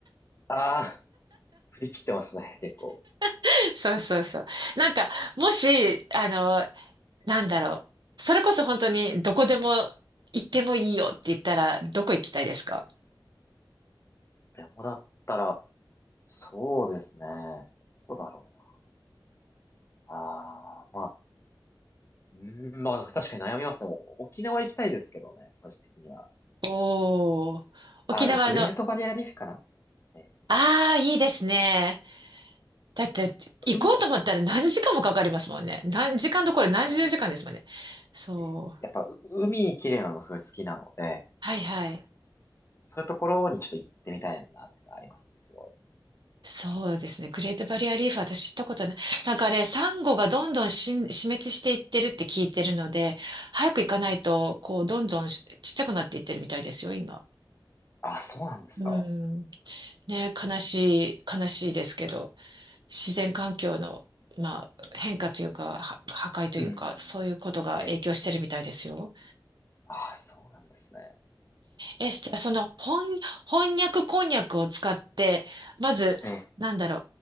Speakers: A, on the left; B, on the right.
A: ああ、振り切ってますね、結構。
B: <laughs> そうそうそう。なんか、もし、あの、なんだろう。それこそ本当にどこでも行ってもいいよって言ったら、どこ行きたいですか
A: でもだったら、そうですね。どこだろうな。ああ、まあ、うーん、まあ、確かに悩みますね。お沖縄行きたいですけどね、個人的には。
B: おー。沖縄の、
A: ああ、でもグレートバリアリーフかな
B: あ
A: え
B: あ、いいですね。だって、行こうと思ったら何時間もかかりますもんね。
A: ー、うん、
B: 何時間どころ何十時間ですもんね。
A: そ
B: そう。
A: う、えーやっぱ、う海綺麗なのすごい好きなので、
B: はいはい。
A: そういうところにちょっと行ってみたいなってのはありますね、すごい。
B: そうですね。グレートバリアリーフ、私知ったことない。なんかあれ、サンゴがどんどん死ん死滅していってるって聞いてるので、早く行かないと、
A: うん。
B: こう、どんどんしちっちゃくなっていってるみたいですよ、今。
A: あ、そうなんですか。
B: うん。ね、
A: え
B: 悲しい、悲しいですけど、
A: え
B: 自然環境の、まあ、変化というか、は破壊というか、
A: うん。
B: そういうことが影響してるみたいですよ。
A: ええ。あ、そうなんですね。
B: え、じゃあその翻、翻訳こんにゃくを使って、まず、
A: ええ。
B: なんだろ